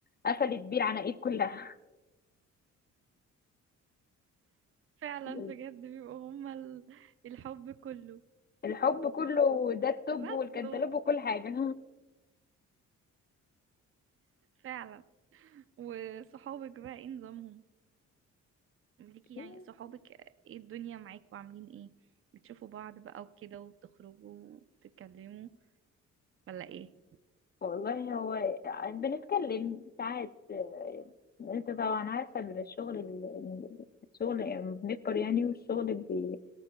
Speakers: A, on the left; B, on the right.
A: قفلت بيه العناقيد كلها
B: فعلا
A: <laughs>
B: بجد بيبقوا هما ال- الحب كله
A: الحب كله ده التوب
B: بس
A: والكنتالوب
B: هو-
A: وكل حاجه
B: فعلا وصحابك بقى ايه نظامهم ليكي
A: <laughs>
B: يعني صحابك ايه الدنيا معاكوا عاملين ايه بتشوفوا بعض بقى وكده وبتخرجوا وبتتكلموا ولا ايه
A: والله هو بنتكلم ساعات آه، انت طبعا عارفة إن الشغل ال- الشغل يعني بنكبر يعني والشغل بي